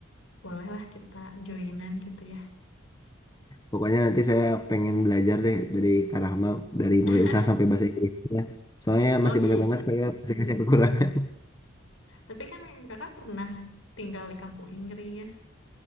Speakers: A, on the left (about 75°); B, on the left (about 20°).
A: Bolehlah kita joinan gitu ya.
B: Pokoknya nanti saya pengen belajar deh dari Kak Rahma dari
A: Nah,
B: mulai usaha sampai bahasa Inggrisnya. Soalnya
A: oh
B: masih
A: iya,
B: banyak
A: iya.
B: banget
A: iya.
B: saya bahasa Inggris yang kekurangan.
A: Tapi kan kakak pernah tinggal di kampung Inggris,